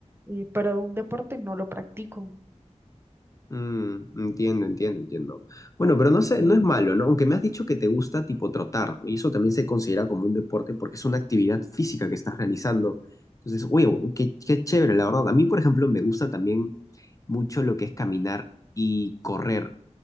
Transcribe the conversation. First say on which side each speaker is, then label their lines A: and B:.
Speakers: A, on the right (about 20°); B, on the left (about 25°).
A: eh, pero un deporte no lo practico.
B: Mm, entiendo, entiendo, entiendo. Bueno, pero no sé,
A: Sí,
B: no es malo, ¿no? Aunque me has dicho que te gusta tipo trotar, ¿no? Y eso también se considera como un deporte porque es una actividad física que estás realizando. Entonces, oye, qué, qué chévere, la verdad. A mí, por ejemplo, me gusta también mucho lo que es caminar y correr.